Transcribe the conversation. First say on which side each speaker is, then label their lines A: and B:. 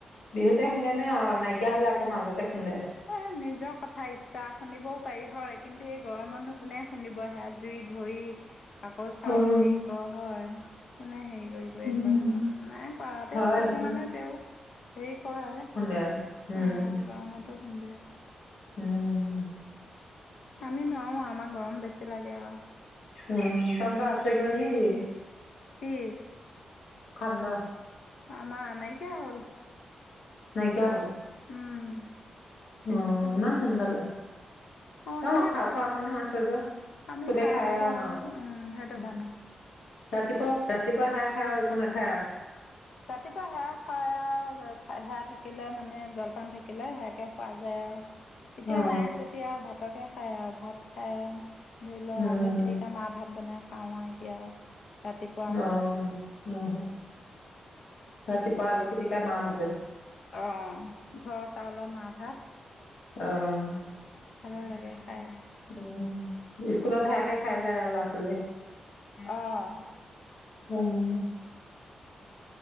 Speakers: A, on the left; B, on the left.
A: বিহুতে খুন্দে নে নাইকিয়া হলে আকৌ মাজতে খুন্দে?
B: এই নিজৰ কথা ইচ্ছা খুন্দিবও পাৰি হয়। কিন্তু এই গৰমত নো কোনে খুন্দিব হেয়া? জুই ধৰি, আকৌ চাউল
A: উম
B: হেৰি কৰ হয়, কোনে হেৰি কৰি বই
A: উম।
B: কৰিব মন নাই কৰা। তেও
A: হয়
B: কিছুমানে
A: সেইটো
B: তেওঁ হেৰি কৰে।
A: দিয়া। উম।
B: অঁ গৰমতো খুন্দে।
A: উম
B: আমি নোৱাৰো আমাৰ গৰম বেছি লাগে আউ।
A: অ চন্দ্ৰ আছে গৈ নেকি?
B: উম
A: খন্দ
B: আমাৰ নাইকিয়া হ'ল।
A: নাইকিয়া হ'ল।
B: উম তেতিয়া
A: অ', ইমান সোনকালে।
B: অঁ
A: অ',
B: শেষ
A: খাৰ
B: হ'ল
A: খোৱা
B: আৰু
A: মানুহ আছে যে,
B: আমি
A: চবে খাই
B: থাকো
A: আৰু ন।
B: উম সেইটো কাৰণে
A: ৰাতিপুৱা, ৰাতিপুৱা সেয়া খাই আৰু একো নাখাই আ।
B: ৰাতিপুৱা সেয়া খাই আৰু সেয়া থাকিলে মানে জলপান থাকিলে সেয়াকে খাওঁ যাই আউ। এতিয়া
A: অ
B: নাই যেতিয়া আৰু ভাতকে খাই আৰু ভাত খাই। ধৰি ল
A: উম।
B: আলু পিটিকা, মাৰ ভাত বনাই খাওঁ আৰু এতিয়া। ৰাতিপুৱা
A: অ' ৰাতিপুৱা আলু পিটিকা, মা ভাতে।
B: অ', ঘৰ চাউলৰ মা ভাত।
A: অ'
B: ভালে লাগে খাই।
A: উম, স্কুলত সেয়াকে খাই যায় আৰু ল'ৰা, ছোৱালী।
B: অঁ
A: উম